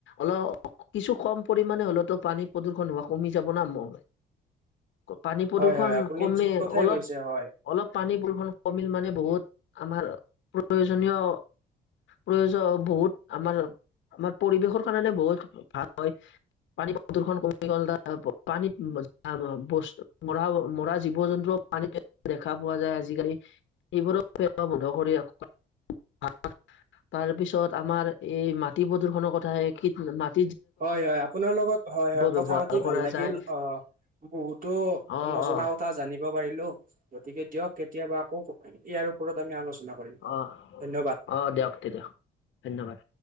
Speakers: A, on the left; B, on the right.
A: অল। কিছু কম পৰিমাণে হলেতো পানী প্ৰদূৰষণ হোৱা কমি যাব ন ম। পানী প্ৰদূ্ষন
B: হয় হয় আপুনি
A: কমে
B: ঠিক কথাই
A: অলপ।
B: কৈছে হয়।
A: অলপ পানী বৰষণ কমিল মানে বহুত আমাৰ প্ৰয়োজনীয়। প্ৰয়োজন বহুত আমাৰ আমাৰ পৰিৱেশৰ কাৰণে বহুত ভাল হয়। পানী প্ৰদূ্ষণ কমি গ'ল <inaudible> পানীত বস্তু মৰা মৰা জীৱ-জন্তু। পানী দেখা পোৱা যায় আজিকালি এইবোৰো <unintelligible> বন্ধ কৰি ৰাখ। <unintelligible> তাৰ পিছত আমাৰ এই মাটি প্ৰদূ্ষনৰ কথাহে <inaudible>
B: হয় হয় আপোনাৰ লগত হয় হয়
A: ব্যৱহাৰ
B: কথা পাতি ভাল
A: কৰা
B: লাগিল
A: যায়
B: অ। বহুতো
A: অ',
B: নজনা
A: অ',
B: কথা জানি। ব পাৰো গতিকে দিয়ক কেতিয়াবা আকৌ ইয়াৰ ওপৰত আমি আলোচনা। কৰিম
A: অ
B: ধন্যবাদ।
A: অ দিয়ক তেতিয়া ধন্যবাদ।